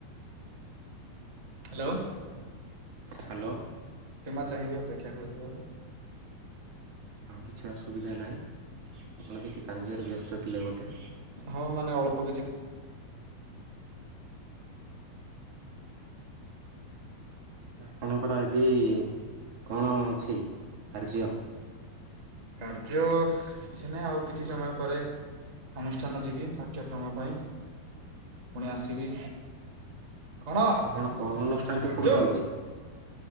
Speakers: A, on the right; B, on the right.
A: ହ୍ୟାଲୋ।
B: ହ୍ୟାଲୋ।
A: କ୍ଷମା ଚାହିଁବି ଅପେକ୍ଷା କରିଥିବାରୁ।
B: ଆଉ କିଛି ଅସୁବିଧା ନାହିଁ ଆପଣ କିଛି କାର୍ଯ୍ୟରେ ବ୍ୟସ୍ତ ଥିଲେ ବୋଧେ।
A: ହଁ ମାନେ ଅଳ୍ପ କିଛି
B: ସାର୍ ଆପଣଙ୍କର ଆଜି କଣ ଅଛି କାର୍ଯ୍ୟ?
A: କାର୍ଯ୍ୟ କିଛି ନାହିଁ ଆଉ କିଛି ସମୟ ପରେ ଅନୁଷ୍ଠାନ ଯିବି ପାଠ୍ୟକ୍ରମ ପାଇଁ ପୁଣି ଆସିବି। କଣ
B: ଆପଣ କୋଉ ଅନୁଷ୍ଠାନରେ ପଢ଼ୁଛନ୍ତି?
A: ଚୁପ୍।